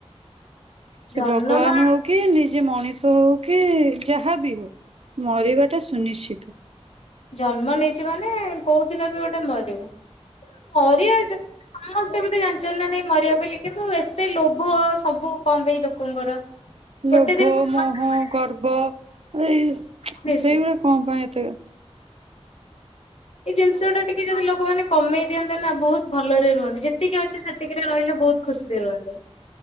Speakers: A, on the right (about 65°); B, on the left (about 65°).
A: ସେ
B: ଜନ୍ମ
A: ଭଗବାନ ହୋଉ କି ନିଜେ ମଣିଷ ହୋଉ କି ଯାହା ବି ହୋଉ ମରିବାଟା ସୁନିଶ୍ଚିତ।
B: ଜନ୍ମ ନେଇଚେ ମାନେ କୋଉ ଦିନ ବି ଗୋଟେ ମରିବା। ମରିିବା <unintelligible> ସମସ୍ତେ ତେ ଜାଣିଚ ନା ନାଇଁ ମରିବା ବୋଲି କିନ୍ତୁ ଏତେ ଲୋଭ ସବୁ କଂପାଇଁ ଲୋକଙ୍କର। ଗୋଟେ
A: ଲୋଭ,
B: ଦିନ ସମସ୍ତେ
A: ମୋହ,
B: ମରିବେ
A: ଗର୍ବ ଏଇ
B: ବୁଝିଛି।
A: ସେଇଗୁଡା କଣ ପାଇଁ ଏତେ
B: ଏଇ ଜିନିଷଟା ଟିକେ ଯଦି ଲୋକମାନେ କମେଇ ଦିଅନ୍ତେ ନା ବୋହୁତ ଭଲରେ ରୁହନ୍ତି। ଯେତିକି ଅଛି ସେତିକିରେ ରହିଲେ ବୋହୁତ ଖୁସିରେ ରୁହନ୍ତେ।